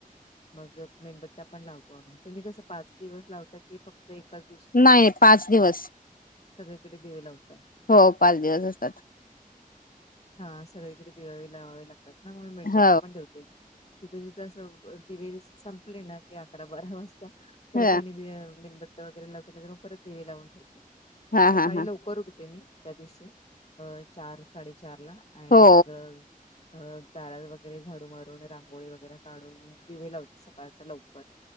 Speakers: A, on the left; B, on the left.
A: मग मेणबत्ता्या पण लावतो आम्ही तुम्ही कस पाच दिवस लावता की फक्त एककाच
B: नाही पाच दिवस.
A: सगळीकडे दिवे लावता.
B: हो पाच दिवस असतात.
A: हा सगळीकडे दिवेवे लावावे लागतात ना म मी मेणबत्या
B: हो
A: पण ठेवते. तिथं जिथं असं दिवे संपले ना की अकरा बारा वाजता. परत
B: ह
A: आणि बे मेणबत्या वगैरे लावते नाही त मग परत दिवे लावून ठेवते.
B: हा
A: सकाळी
B: हा हा
A: लवकर उठते मी त्या दिवशी अ चार साडेचार ला. आणि
B: हो
A: सगळं अ दारात वगैरे झाडू मारून रांगोळी वगैरे काढून दिवे लावत सकाळच्या लवकर.